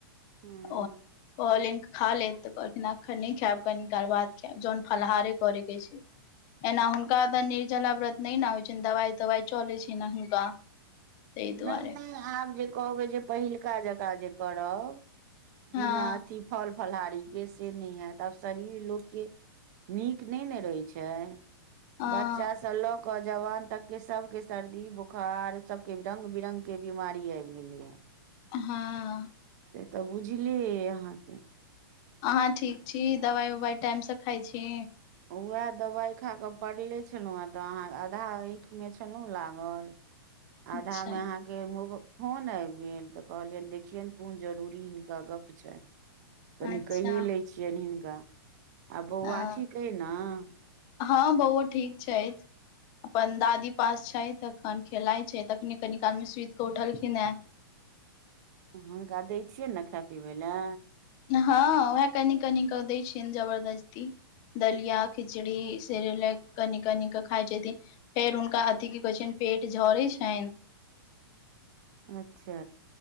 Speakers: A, on the right; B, on the left.
A: हँ
B: ओ कहलनि खा लेत तऽ कहलखिन एखन नहि खायब कनी काल बाद खायब जहन फलाहारे करेके छै एना हुनका तऽ निर्जला व्रत नहि ने होइ छै दवाई तवाई चले छै ने हुनका ताहि दुआरे
A: नै नै आब जे कहबै जे पहिलका जकाँ जे करब
B: हँ
A: बिना अथी फल फलाहारी के से नै हेत आब शरीर लोक के नीक नै न रहै छै
B: अ
A: बच्चा से लऽ कऽ जवान तक के सबके सर्दी बोखार सब के रंग बिरंग के बीमारी आब गेले हे
B: हँ
A: से तऽ बुझलिय अहाँके
B: अहाँ ठीक छी दवाइ उवाइ टाइम से खाइ छी
A: उएह दवाइ खा कऽ पड़ले छलहुँ ह तऽ अहाँ आधा आँख मे छलहुँ लागल आधामे
B: अच्छा
A: अहाँ मोब फोन आब गेल तऽ कहलियअन देखियनि कोन जरूरी हिनका गप छैन कनि
B: अच्छा
A: कैए लै छियनि हिनका आ बौआ
B: अ
A: ठीक अइ ने
B: हँ बौओ ठीक छै अपन दादी पास छैथ अखन खेलाय छैथ अखनेकनी काल मे सुत कऽ उठलखिन हे
A: हुनका दै छियै ने खाय पीबै लए
B: हँ उएह कनी कनि कऽ दै छियन जबरदस्ती दलिया खिचड़ी सेरलेक कनी कनिक खाए छथिन फेर हुनका अथि की कहै छैन पेट झरै छैन
A: अच्छा